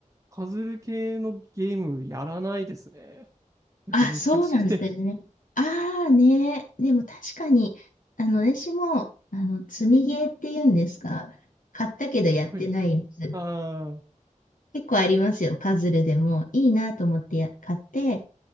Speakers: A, on the right (about 25°); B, on the left (about 80°).
A: パズル系のゲームやらないですね。なんか難しくて。
B: あ、そうなんですよね。ああね。でも確かに、あの、私も、あの、積みゲーっていうんですか。買ったけどやってないやつ。
A: はい。あ
B: 結構ありますよ。パズルでも。いいなと思ってや買って、